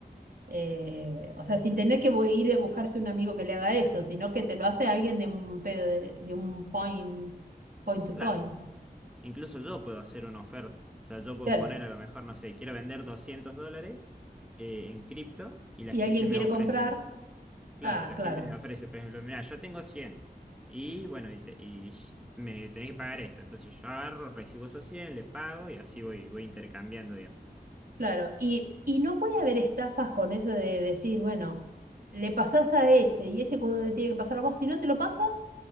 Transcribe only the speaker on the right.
eh, o sea, sin tener que voy- ir a buscarse un amigo que le haga eso, sino que te lo hace alguien de un, pedo de, de un point, point to
point.
Claro.
Y
alguien
quiere
comprar,
ah,
claro.
Claro, y, y no puede haber estafas con eso de decir, bueno, le pasás a ese y ese cuando te tiene que pasar a vos, si no te lo pasa,